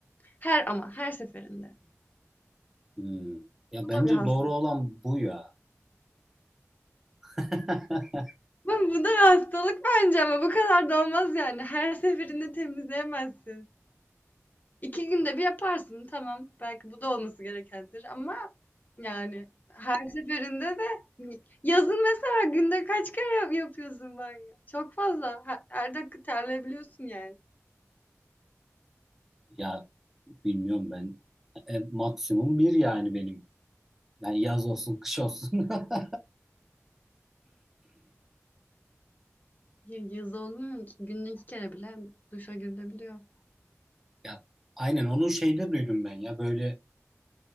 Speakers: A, on the left; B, in the centre.
A: Her ama her seferinde.
B: Hmm. Ya
A: Bu
B: bence
A: da bir hastalık.
B: doğru olan bu ya. <laughs>
A: Bu, bu da bir hastalık bence ama bu kadar da olmaz yani. Her seferinde temizleyemezsin. İki günde bir yaparsın tamam. Belki bu da olması gerekendir ama yani her seferinde de yazın mesela günde kaç kere yap- yapıyorsun banyo? Çok fazla. Her, her dakika terleyebiliyorsun yani.
B: Ya bilmiyorum ben. E, maksimum bir yani benim. Yani yaz olsun, kış olsun. <laughs>
A: Ya- Yaz oldu mu ki günde iki kere bile duşa girilebiliyor.
B: Ya aynen onu şeyde duydum ben ya. Böyle